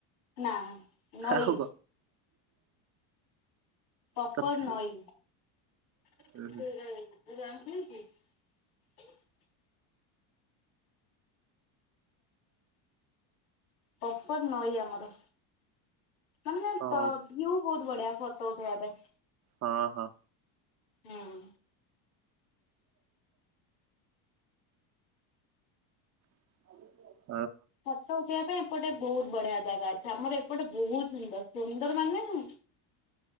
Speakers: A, on the left; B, on the right.
A: ନା ନଈ
B: ଆଉ କ
A: ପପର
B: ତତେ
A: ନଈ <unintelligible>
B: ଉଁ ହୁଁ
A: ପପର ନଈ ଆମର ମାନେ
B: ହଉ
A: ତ କ୍ଵ ବହୁତ ବଢିଆ ଫୋଟୋ ଉଠେଇବା ପାଇଁ
B: ହଁ ହଁ
A: ହଁ
B: <unintelligible>
A: ଫଟ ଉଠେଇବା ପାଇଁ ଏପଟେ ବହୁତ ବଢିଆ ଜାଗା ଆମର ଏପଟେ ବହୁତ ସୁନ୍ଦର ସୁନ୍ଦର ମାନେ ନା